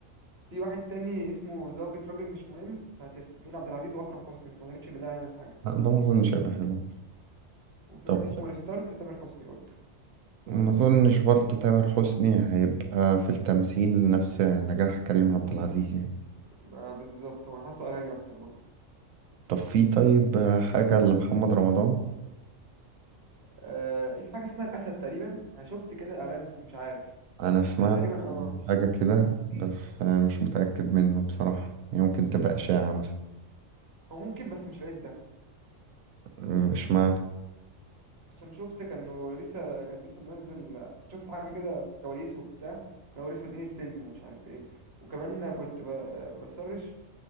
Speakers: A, on the right (about 50°); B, on the right (about 85°).
A: في واحد تاني اسمه زوجة راجل مش مهم بتاعت ياسمين عبد العزيز وأكرم حسني بس ما أعتقدش إن ده هيعمل حاجة
B: لا ده ما أظنش هيبقى حلو
A: وفي
B: طب
A: واحد اسمه ريستارت تامر حسني برضه
B: ما أظنش برضه تامر حسني هيبقى في التمثيل نفس نجاح كريم عبد العزيز يعني
A: ما بالظبط هو أنا حاسه أغاني أكتر برضه
B: طب في طيب آه، حاجة لمحمد رمضان
A: آه، في حاجة اسمها الأسد تقريبا أنا شفت كده إعلان بس مش عارف
B: أنا سمعت
A: بس تقريبا اه
B: حاجة كده بس آه، مش متأكد منه بصراحة يمكن تبقى إشاعة مثلا
A: هو ممكن بس مش العيد ده
B: م- إشمعنى
A: عشان شفت كانه لسه كان لسه منزل شفت حاجة كده في الكواليس وبتاع إن هو لسه بادئين الفيلم ومش عارف ايه وكمان كنت ب- آه، بسرش